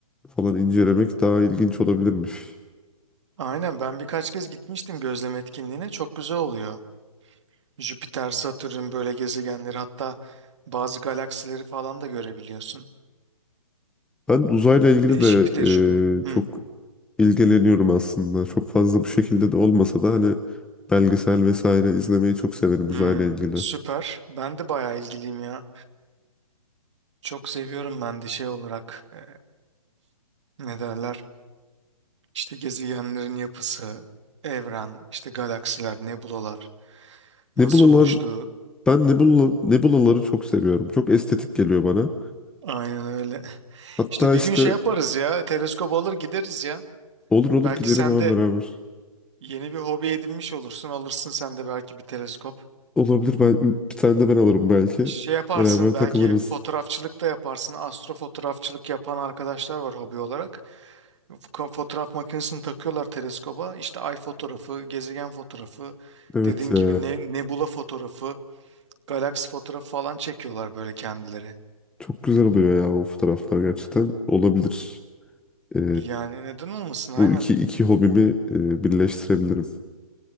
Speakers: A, in the centre; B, on the right (about 55°).
A: falan incelemek daha ilginç olabilirmiş.
B: Aynen ben birkaç kez gitmiştim gözlem etkinliğine çok güzel oluyor. Jüpiter, Satürn böyle gezegenleri hatta bazı galaksileri falan da görebiliyorsun.
A: Ben uzayla ilgili
B: Değişik
A: de
B: bir tecrübe.
A: e,
B: Hı.
A: çok ilgileniyorum aslında. Çok fazla bu şekilde de olmasa da hani belgesel vesaire izlemeyi çok severim uzayla
B: Hı.
A: ilgili.
B: Süper. Ben de bayağı ilgiliyim ya. Çok seviyorum ben de şey olarak e, ne derler? İşte gezegenlerin yapısı, evren, işte galaksiler, nebulalar nasıl
A: Nebulalar,
B: oluştuğu.
A: ben nebula, nebulaları çok seviyorum. Çok estetik geliyor bana.
B: Aynen öyle. <laughs>
A: Hatta
B: İşte bir
A: işte
B: gün şey yaparız ya. Teleskop alır gideriz ya.
A: olur olur
B: Belki
A: gidelim
B: sen
A: ama
B: de
A: beraber.
B: yeni bir hobi edinmiş olursun. Alırsın sen de belki bir teleskop.
A: Olabilir ben bir tane de ben alırım belki.
B: Şey yaparsın
A: Beraber takılırız.
B: belki fotoğrafçılık da yaparsın. Astrofotoğrafçılık yapan arkadaşlar var hobi olarak. Fo- Fotoğraf makinesini takıyorlar teleskoba. İşte ay fotoğrafı, gezegen fotoğrafı,
A: Evet
B: dediğin
A: ya.
B: gibi ne, nebula fotoğrafı, galaksi fotoğrafı falan çekiyorlar böyle kendileri.
A: Çok güzel oluyor ya o fotoğraflar gerçekten. Olabilir. E,
B: Yani neden olmasın aynen.
A: bu iki iki hobimi e, birleştirebilirim.